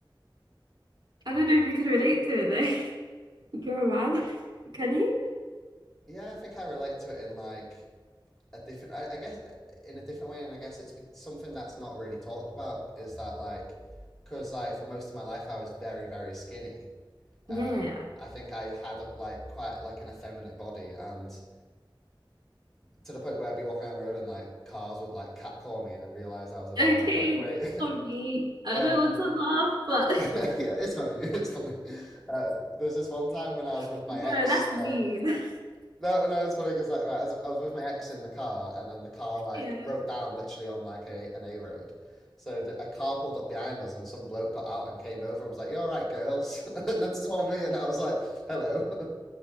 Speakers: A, on the right; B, in the centre.
A: I don't
B: Yeah,
A: know if you can relate to it though. <laughs> You're a man. <laughs> Can you?
B: yeah, I think I relate to it in like a different I, I guess in a different way and i guess it's something that's not really talked about is that like because like for most of my life i was very very skinny
A: Yeah,
B: um
A: yeah,
B: i think i had like quite like an effeminate body and to the point where i'd be walking down the road and like cars would like catcall me and then realize i was a
A: yeah.
B: man
A: Okay,
B: and be like wait
A: sorry.
B: <laughs>
A: I
B: um
A: don't want to laugh, but
B: <laughs> yeah it's funny <laughs> it's funny uh, there's this one time when i was
A: <laughs>
B: with my
A: no,
B: ex
A: that's mean.
B: um
A: <laughs>
B: No, no, it's funny because like right, I was, I was with my ex in the car, and then the car like
A: Yeah.
B: broke down literally on like a an A road. So the, a car pulled up behind us, and some bloke got out and came over and was like, "You all right, girls?" <laughs> and then saw me, and I was like, "Hello."